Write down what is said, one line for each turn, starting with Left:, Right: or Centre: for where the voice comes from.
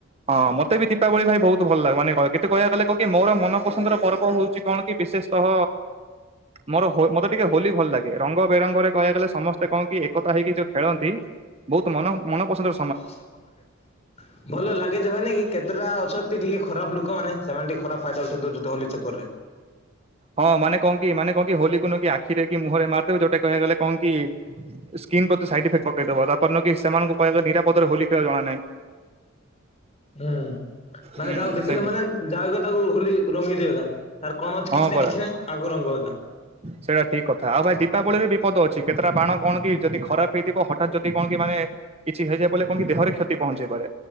Right: ହଁ ମତେ ବି ଦୀପାବଳି ଭାଇ ବହୁତ ଭଲ ଲାଗେ ମାନେ କେତେ କହିବାକୁ ଗଲେ କଣ କି ମୋର ମନପସନ୍ଦର ପର୍ବ ହଉଛି କଣ କି ବିଶେଷ ତହ ମୋର ହୋ ମତେ ଟିକେ ହୋଲି ଭଲ ଲାଗେ। ରଙ୍ଗ ବେରଙ୍ଗ ରେ କହିବାକୁ ଗଲେ ସମସ୍ତେ କଣ କି ଏକତା ହେଇକି ଯୋଉ ଖେଳନ୍ତି ବହୁତ ମନ ମନ-ମନପସନ୍ଦର
Left: <unintelligible> ଭଲ ଲାଗେ ଯେ ମାନେ ଏଇ କେତେଟା ଅଛନ୍ତି ଟିକେ ଖରାପ ଲୋକମାନେ ସେମାନେ ଟିକେ ଖରାପ ଫାଇଦା ଉଠେଇ ଦଉଛନ୍ତି ହୋଲି ଚକ୍କରରେ।
Right: ହଁ ମାନେ କଣ କି ମାନେ କଣ କି ହୋଲି କୁ ନୁହଁ କି ଆଖିରେ କି ମୁହରେ ମାରିଦେବେ ଯୋଉଟା କହିବାକୁଗଲେ କଣ କି ସ୍କିନ୍ ପ୍ରତି ସାଇଡ ଇଫେକ୍ଟ ପକେଇଦବ ତା ପର ଦିନ କି ସେମାନଙ୍କୁ କହିବା ନିରାପଦରେ ହୋଲି ଖେଳ ଜଣାନାହିଁ।
Left: ହୁଁ ମାନେ
Right: ହୁଁ।
Left: କାହାକୁ ଦେଖିଲେ
Right: ସେମିତି
Left: ମାନେ ଯାହାକୁ ତାକୁ ହୋଲି ରଙ୍ଗି ଦିଅତା ତାର କଣ ଅ
Right: ହଁ
Left: କିଛି ନାହିଁ
Right: ପରା
Left: କିଛି ନାହିଁ କାହାକୁ ରଙ୍ଗ ଏକା।
Right: ସେଇଟା ଠିକ କଥା ଆଉ ଭାଇ ଦୀପାବଳିରେ ବିପଦ ଅଛି କେତେଟା ବାଣ କଣ କି ଯଦି ଖରାପ ହେଇଥିବ ହଠାତ୍ ଯଦି କଣ କି ମାନେ କିଛି ହେଇଯାଇ ପରେ କଣକି ଦେହରେ କ୍ଷତି ପହଞ୍ଚେଇ ପାରେ